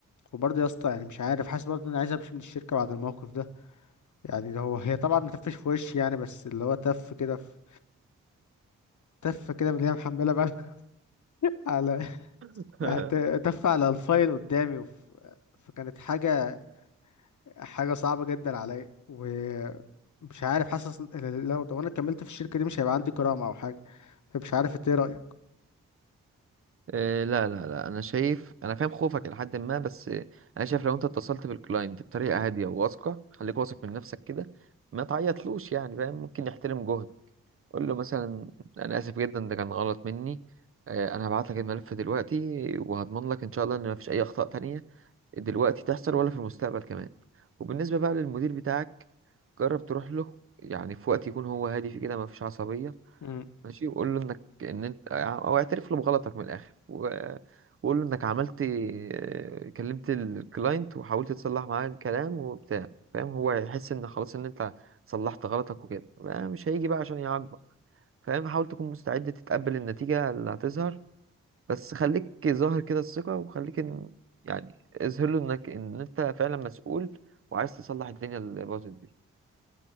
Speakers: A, on the left (about 65°); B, on the right (about 45°).
A: وبرضه يا اسطى يعني مش عارف حاسس برضه إني عايز أمشي من الشركة بعد الموقف ده يعني ده هو هي طبعا متفش في وشي يعني بس اللي هو تف كده في تف كده من اللي هي محملة بقى <laughs> على
B: <laughs>
A: يعني ت- تف على الفايل قدامي وف... فكانت حاجة حاجة صعبة جدا عليا ومش عارف حاسس إن لو لو انا كملت في الشركة دي مش هيبقى عندي كرامة او حاجة فمش عارف انت ايه رأيك
B: آه، لا لا لا انا شايف انا فاهم خوفك الى حد ما بس آه، انا شايف لو انت اتصلت بالكلاينت بطريقه هاديه وواثقه خليك واثق من نفسك كده ما تعيطلوش يعني فاهم ممكن يحترم جهدك قول له مثلا انا اسف جدا ده كان غلط مني آه، انا هبعت لك الملف دلوقتي وهضمن لك ان شاء الله ان ما فيش اي اخطاء تانية دلوقتي تحصل ولا في المستقبل كمان وبالنسبه بقى للمدير بتاعك جرب تروح له يعني في وقت يكون هو هادي في كده ما فيش عصبيه
A: مم.
B: ماشي وقول له انك ان انت او اعترف له بغلطك من الاخر و... وقول له انك عملت آه، كلمت الكلاينت وحاولت تصلح معاه الكلام وبتاع فاهم هو هيحس ان خلاص ان انت صلحت غلطك وكده بقى مش هيجي بقى عشان يعاقبك فاهم حاول تكون مستعد تتقبل النتيجة اللي هتظهر بس خليك ظاهر كده الثقة وخليك ان يعني اظهر له انك ان انت فعلا مسؤول وعايز تصلح الدنيا اللي باظت دي